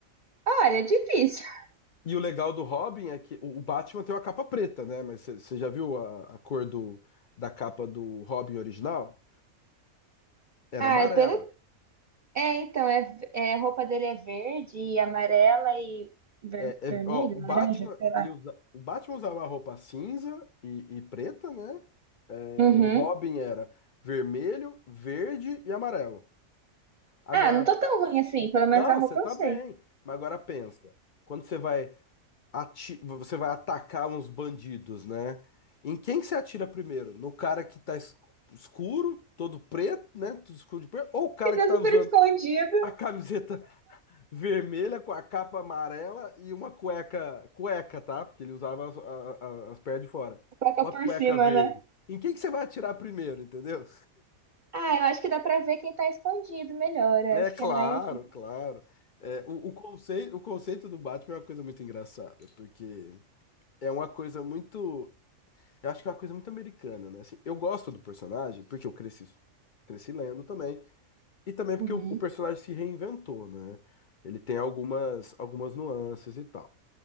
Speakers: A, on the right; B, on the left.
A: olha, é difícil.
B: E o legal do Robin é que o o Batman tem uma capa preta, né? Mas você já viu a, a cor do, da capa do Robin original? Era
A: Ah,
B: amarela.
A: é pelo. É, então, é, é, a roupa dele é verde e amarela e ver-
B: É,
A: vermelho,
B: é- ó, o Batman,
A: laranja, sei lá.
B: ele usa, o Batman usava a roupa cinza e, e preta, né? É,
A: Uhum.
B: E o Robin era vermelho, verde e amarelo. Agora,
A: Ah, não tô tão ruim assim, pelo menos
B: não,
A: a roupa
B: você tá
A: eu sei.
B: bem. Mas agora pensa. Quando você vai ati- você vai atacar uns bandidos, né? Em quem que você atira primeiro? No cara que tá es- escuro, todo preto, né? Tudo escuro de preto, ou o cara
A: Que tá
B: que tá
A: super
B: usando
A: escondido,
B: a camiseta <laughs> vermelha com a capa amarela e uma cueca, cueca, tá? Porque ele usava as, a- a- as pernas de fora.
A: coloca
B: Uma
A: por
B: cueca
A: cima,
B: verde.
A: né?
B: Em quem que você vai atirar primeiro, entendeu?
A: Ah, eu acho que dá pra ver quem tá escondido melhor, eu
B: É
A: acho
B: claro,
A: que é mais assim.
B: claro. É, o, o conceito, o conceito do Batman é uma coisa muito engraçada, porque é uma coisa muito. Eu acho que é uma coisa muito americana, né? Assim, eu gosto do personagem porque eu cresci, cresci lendo também. E também porque
A: Uhum.
B: o, o personagem se reinventou, né? Ele tem algumas, algumas nuances e tal.